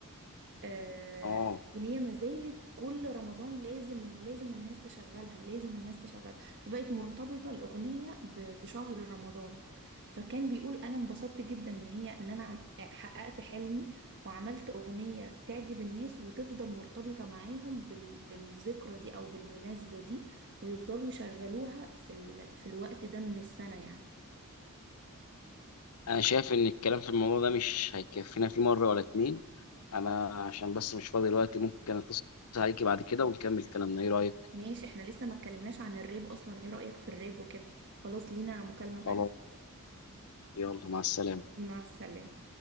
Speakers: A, on the right (about 55°); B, on the left (about 80°).
A: آه،
B: اه
A: أغنية ما زالت كل رمضان لازم لازم الناس تشغلها لازم الناس تشغلها فبقت مرتبطة الأغنية ب- بشهر رمضان فكان بيقول أنا انبسطت جدا إن هي إن أنا عم- حققت حلمي وعملت أغنية تعجب الناس وتفضل مرتبطة معاهم بال- بالذكرى دي أو بالمناسبة دي ويفضلوا يشغلوها في ال... في الوقت ده من السنة يعني
B: انا شايف ان الكلام في الموضوع ده مش هيكفينا فيه مره ولا اتنين انا عشان بس مش فاضي دلوقتي ممكن اتصل عليكي بعد كده ونكمل كلامنا ايه رايك
A: ماشي احنا لسه ما اتكلمناش عن الراب أصلا إيه رأيك في الراب وكده خلاص لينا مكالمة تانية
B: خلاص يلا مع السلامه
A: مع السلامة